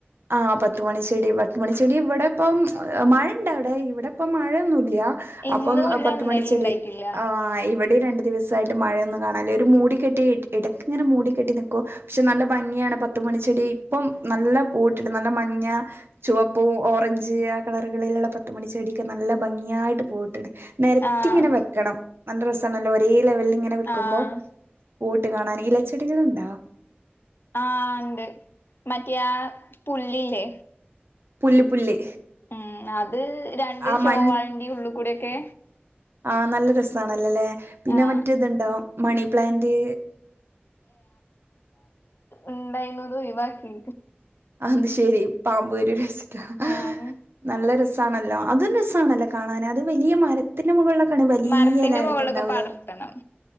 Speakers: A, on the right (about 70°); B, on the left (about 65°).
A: ആ പത്തുമണിച്ചെടി, പത്തുമണിച്ചെടി ഇവിടെ ഇപ്പം മഴ ഇണ്ട അവിടെ, ഇവിടെ ഇപ്പം മഴയൊന്നുമില്ല.
B: ഇന്നുല്ല
A: അപ്പം പത്തുമണി
B: ഇന്നലിം
A: ചെടി,
B: ഇണ്ടായിട്ടില്ല
A: ആ ഇവിടെ രണ്ട് ദിവസായിട്ട് മഴയൊന്നും കാണാനില്ല, ഒരു മൂടിക്കെട്ടി ഇടക്ക് ഇങ്ങനെ മൂടിക്കെട്ടി നിൽക്കും പക്ഷെ നല്ല ഭംഗിയാണ് പ പത്ത്മണിണിച്ചെടി ഇപ്പം നല്ല പൂവിട്ടുണ്ട്, നല്ല മഞ്ഞ, ചുവപ്പ്, ഓറഞ്ച് ആ കളർ വെള്ള പത്ത് മണി ചെടിയൊക്കെ നല്ല ഭംഗിയായിട്ട് പൂവിട്ട് നിരത്തി
B: ആഹ്
A: ഇങ്ങനെ വെക്കണം, നല്ല രസണല്ലോ ഒരേ ലെവലിൽ ഇങ്ങനെ വെക്കുമ്പോ.
B: ആഹ്
A: പൂവിട്ടു കാണാൻ, ഇലച്ചെടികൾ ഉണ്ടോ?
B: ആ ഇണ്ട് മറ്റേ ആ പുല്ലില്ലേ
A: പുല്ല് പുല്ല്,
B: ഉം, അത് രണ്ട്
A: ആ
B: ഷോ
A: മഞ്ഞ്
B: വാളിന്റെ ഉള് കൂടെ കൂടൊക്കെ
A: ആ നല്ല രസണല്ലല്ലെ, പിന്നെ
B: ആഹ്
A: മറ്റേ ഇതുണ്ടാ മണിപ്ലാന്റ്.
B: ഉണ്ടായിന്നതോഴിവാക്കി.
A: ആത് ശരി പാമ്പ് വരിന്ന് വച്ചിട്ടാ,
B: ആഹ്
A: നല്ല രസാണല്ലോ അതും രസാണല്ലോ കാണാൻ, അത് വലിയ മരത്തിന് മുകള വലിയ
B: മരത്തിന്റെ
A: ഇലയായിട്ട്
B: മുകളിലൊക്കെ
A: ഉണ്ടാവില്ലേ
B: പടർത്തണം